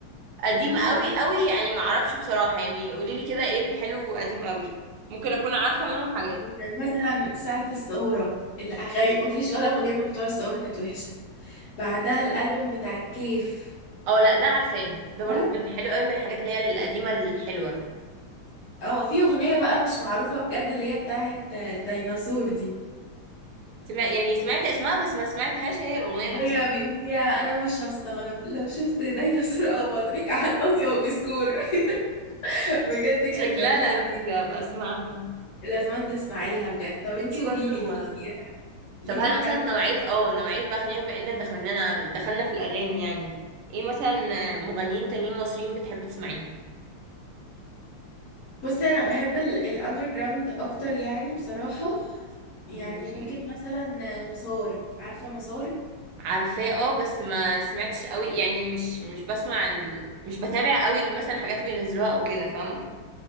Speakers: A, on the right; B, on the left.
A: قديم قوي
B: يا
A: قوي يعني ما اعرفش بصراحة يعني قولي لي كده ايه الحلو قديم قوي ممكن اكون عارفة منهم حاجات
B: يعني مثلا ساعة الثورة الأغاني مفيش ولا أغنية من بتوع الثورة كانت وحشة بعدها الألبوم بتاع الكيف
A: اه لا ده عارفاه ده برضو
B: ها؟
A: كان حلو قوي من الحاجات اللي هي القديمة الحلوة
B: اه في أغنية بقى مش معروفة بجد اللي هي بتاعت الديناصور دي
A: سمع يعني سمعت اسمها بس ما سمعتهاش هي الأغنية نفسها
B: هي بيقول فيها أنا مش هستغرب لو شفت ديناصور أو بطريق على الناصية وبيسكور <laughs> بجد كانت
A: شكلها
B: جميلة أوي
A: لذيذة ابقى اسمعها
B: لازم تسمعيها بجد طب انتي
A: دي برضو
B: قوليلي ليكي
A: آم،
B: ليكي
A: طب هل
B: في حد
A: مثلا نوعية اه نوعية بقى خلينا بما ان دخلنا دخلنا في الأغاني يعني ايه مثلا آه، مغنيين تانيين مصريين بتحب تسمعيه
B: بصي انا بحب الاندر جراوند اكتر يعني بصراحة يعني
A: ماشي
B: ممكن مثلا مسار عارفة مسار
A: عارفاه اه بس ما سمعتش قوي يعني مش مش بسمع ال... مش بتابع قوي مثلا الحاجات اللي بينزلوها او كده فاهمة